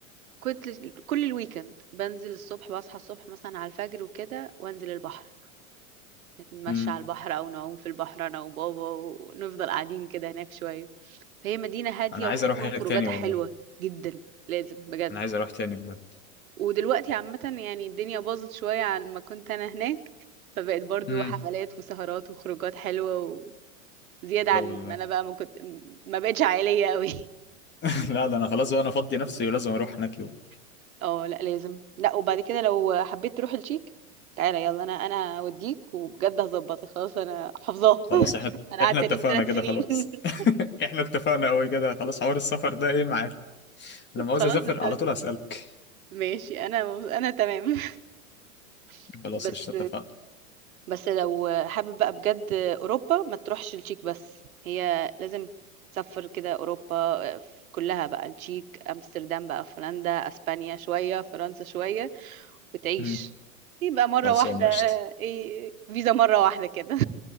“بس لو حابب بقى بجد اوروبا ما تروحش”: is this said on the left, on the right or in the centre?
Right